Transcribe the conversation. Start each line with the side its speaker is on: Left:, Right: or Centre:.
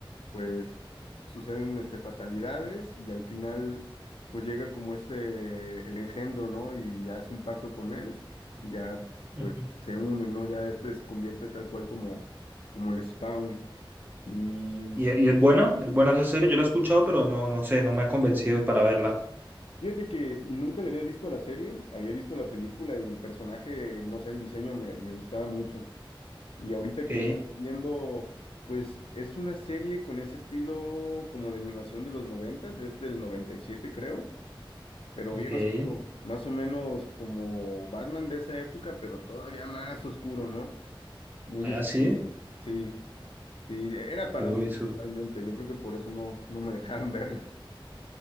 Left: pues suceden este, fatalidades y al final pues llega como este, el engendro, ¿no? Y hace un pacto con él y ya
Right: Ujú.
Left: pues se une, ¿no? Ya este se convierte tal cual como, como el Spawn. Y
Right: ¿Y,
Left: sí,
Right: es- y es buena? ¿Es buena esa serie? Yo la he escuchado, pero no, no sé, no me ha convencido para verla.
Left: Fíjate que nunca le había visto la serie, había visto la película y el personaje, no sé, el diseño me, me gustaba mucho. Y ahorita
Right: Ok,
Left: que le estaba viendo, pues es una serie con ese estilo como de animación de los noventas, es del noventa y siete creo, pero
Right: ok.
Left: bien oscuro, más o menos como Batman de esa época, pero todavía más oscuro, ¿no? Muy
Right: Ah,
Left: este,
Right: sí.
Left: sí, sí, era para
Right: Uy,
Left: adultos
Right: su-
Left: totalmente, yo creo que por eso no, no me dejaron <laughs> verla.